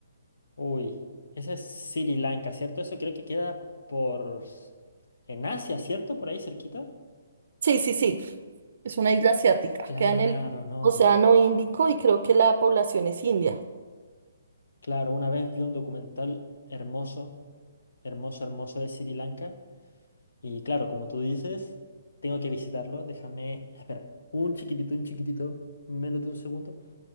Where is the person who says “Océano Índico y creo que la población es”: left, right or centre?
Right